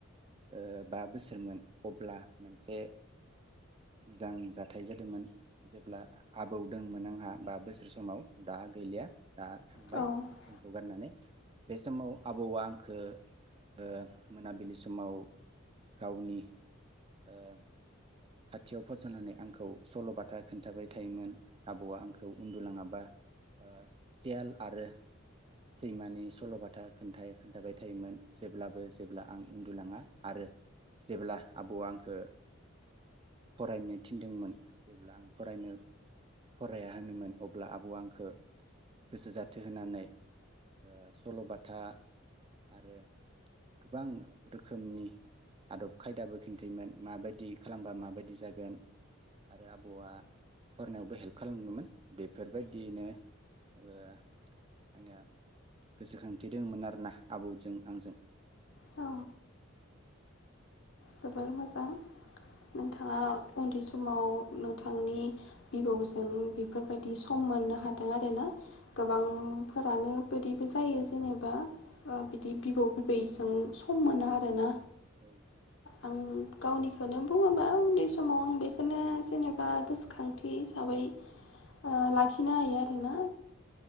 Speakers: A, on the right; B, on the left.
A: ओ बा बोसोरमोन अब्ला मोनसे मोजां जाथाय जादोंमोन जेब्ला आबौ दोंमोन आंहा बा बोसोर समाव दा गैलिया। दा थांबाय
B: औ
A: जोंखौ गारनानै। बे समाव आबौआ आंखौ ओ मोनाबिलि समाव गावनि ओ खाथियाव फसनानै आंखौ सलबाथा खोन्थाबाय थायोमोन आबौआ आंखौ उन्दुलाङाबा ओ सियाल आरो सैमानि सलबाथा खोन्थाय खोन्थाबाय थायोमोन जेब्लाबो जेब्ला आं उन्दुलाङा आरो जेब्ला आबौवा आंखो फरायनो थिनदोंमोन जेब्ला आं फरायनो फराया होनोमोन अब्ला आबौ आंखो‌ गोसो जाथो होनानै ओ सलबाथा आरो गोबां रोखोमनि आदब खायदाबो खिन्थायोमोन माबायदि खालामबा माबायदि जागोन आरो आबौआ फरायनायावबो हेल्प खालामदोंमोन बेफोरबायदिनो ओ आंनिया गोसोखांथि दोङोमोन आरोना आबौजों आंजों।
B: औ। जोबोर मोजां नोंथाङा उन्दै समाव नोंथांनि बिबौजों बेफोरबायदि सम मोननो हादों आरोना गोबांफोरानो बिदिबो जायो जेनेबा बिदि बिबौ बिबैजों सम मोना आरोना।
A: औ
B: आं गावनिखौनो बुङोबा उन्दै समाव आं बेखौनो जेनेबा गोसोखांथि हिसाबै ओ लाखिनो हायो आरोना